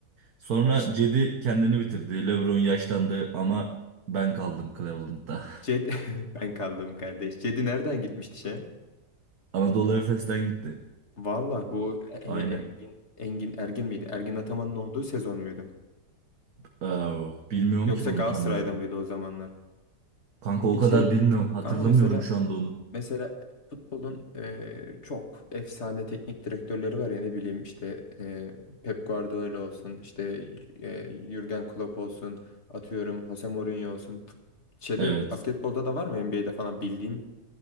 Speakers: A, on the right; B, on the left.
A: Sonra
B: Ç-
A: Cedi kendini bitirdi. LeBron yaşlandı ama ben kaldım Cleveland'da.
B: Ced <laughs> ben kaldım kardeş. Cedi nereden gitmişti şeye?
A: <laughs> Anadolu Efes'ten gitti.
B: Valla bu e,
A: Aynen.
B: E, Engin Engin Ergin miydi? Ergin Ataman'ın olduğu sezon muydu?
A: Aa, bilmiyorum
B: Yoksa
A: ki onu
B: Galatasaray'da
A: tam ya.
B: mıydı o zamanlar?
A: Kanka o
B: Bir
A: kadar
B: şey
A: bilmiyorum. Hatırlamıyorum
B: kanka mesela
A: şu anda onu.
B: mesela futbolun e, çok efsane teknik direktörleri var ya ne bileyim işte e, Pep Guardiola olsun işte e, Jürgen Klopp olsun atıyorum Jose Mourinho olsun. F- Şeyde
A: Evet.
B: basketbolda da var mı NBA'de falan bildiğim